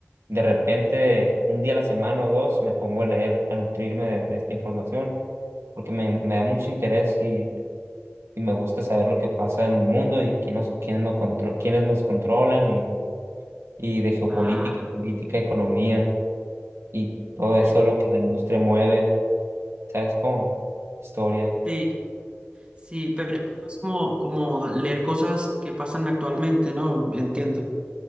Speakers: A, on the right; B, on the right.
A: de repente un día a la semana o dos me pongo a leer, a nutrirme de, de esta información, porque me, me da mucho interés y, y me gusta saber lo que pasa en el mundo y quién nos, quiénes nos, contro- quiénes nos controlan y, y de geopolítica,
B: Ah,
A: política, economía y todo
B: pe-
A: eso, lo que la industria mueve, ¿sabes cómo? Historia.
B: sí, sí, pero es como, como leer cosas que pasan actualmente, ¿no? Entiendo.